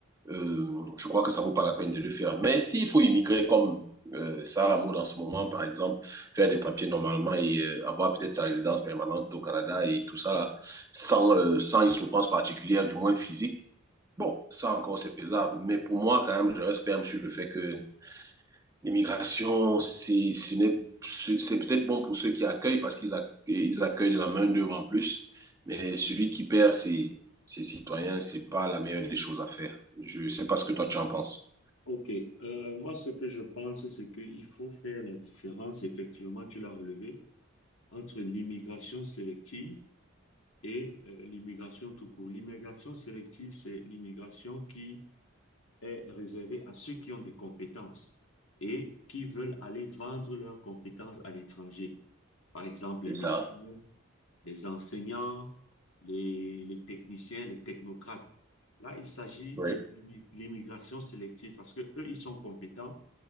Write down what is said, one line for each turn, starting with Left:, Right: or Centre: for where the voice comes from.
Right: euh, je crois que ça vaut pas la peine de le faire. Mais s'il faut immigrer comme euh, Sarah Maud en ce moment, par exemple, faire des papiers normalement et euh, avoir peut-être sa résidence permanente au Canada et tout ça, là, sans, euh, sans une souffrance particulière, du moins physique, bon, ça encore, c'est pesable. Mais pour moi, quand même, je reste quand même sur le fait que L'immigration, c'est c'est- peut-être bon pour ceux qui accueillent parce qu'ils accue- ils accueillent de la main-d'œuvre en plus, mais celui qui perd ses, ses citoyens, c'est pas la meilleure des choses à faire. Je ne sais pas ce que toi tu en penses.
Left: Ok, Euh, moi ce que je pense, c'est qu'il faut faire la différence, effectivement, tu l'as relevé, entre l'immigration sélective et euh, l'immigration tout court. L'immigration sélective, c'est l'immigration qui est réservée à ceux qui ont des compétences et qui veulent aller vendre leurs compétences à l'étranger. Par exemple,
Right: C'est
Left: les médecins,
Right: ça?
Left: les enseignants, les, les techniciens, les technocrates. Là, il s'agit
Right: Oui.
Left: de l'immi- l'immigration sélective parce que eux, ils sont compétents